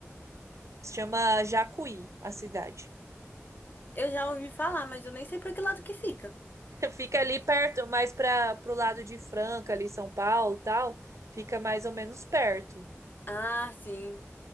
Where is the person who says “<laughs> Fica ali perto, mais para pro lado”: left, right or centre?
Right